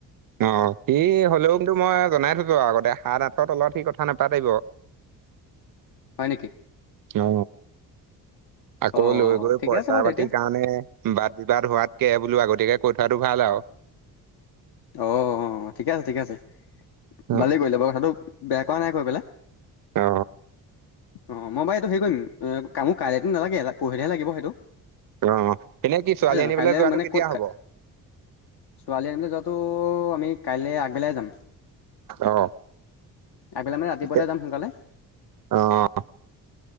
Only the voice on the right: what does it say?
অ সি হ'লেওংটো মই জনাই থৈছোঁ আগতে সাত আঠৰ তলত সি কথা নাপাতিব।
অ আকৌ
লৈ গৈ
পইচা
পাতিৰ কাৰণে বাদ বিবাদ হোৱাতকে বোলো আগতীয়াকে কৈ থোৱাটো ভাল আও।
অ
অ
অ এনে কি ছোৱালী
আনিবলৈ
যোৱাটো
কেতিয়া
হব
অ
তে-
অ